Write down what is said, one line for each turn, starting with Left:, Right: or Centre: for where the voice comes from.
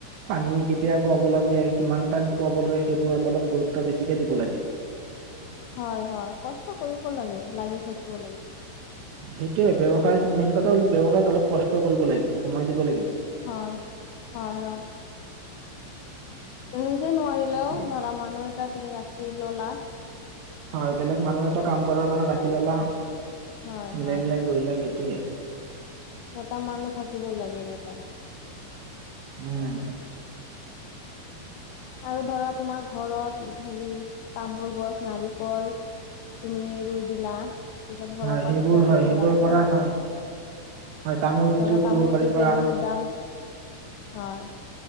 Right: পানী কেতিয়া খুৱাব লাগে কিমান টাইম খুৱাব লাগে সেইবোৰত অলপ গুৰুত্ব বেছিকে দিব লাগে
Left: হয় হয় কষ্ট কৰিব লাগে লাগি থাকিব লাগে
Right: সেইটোয়ে ব্যৱসায়ত মেইন কথা ব্যয়ৱসায়ত অলপ কষ্ট কৰিব লাগিব সময় দিব লাগিব
Left: হয় হয় হয় উম যে নোৱাৰিলেও
Right: সেইটোয়ে
Left: ধৰা মানুহ এটা তুমি ৰাখ কি ল'লা
Right: হয় বেলেগ মানুহ এটা কাম কৰাৰ কাৰণে ৰাখি ললা
Left: হয়
Right: মিলাই
Left: হয়
Right: মিলাই কৰিলা সে সেইটোৱেই
Left: এটা মানুহ থাকিব লাগে এনিটাইম
Right: উম
Left: আৰু ধৰা তোমাৰ ঘৰত হেৰি তামোল গছ নাৰিকল তুমি ৰুই দিলা তাৰ পিছত ঘৰৰ
Right: হয়
Left: পৰা
Right: সেইবোৰ
Left: কিবা এটা
Right: হয় সেইবোৰৰ
Left: ওলাব
Right: পৰা
Left: না
Right: হয় হয় তামোল বিক্ৰী
Left: ধৰা
Right: কৰিব
Left: তামোলটো
Right: পাৰি
Left: এতিয়া
Right: বা
Left: বহুত দাম হয়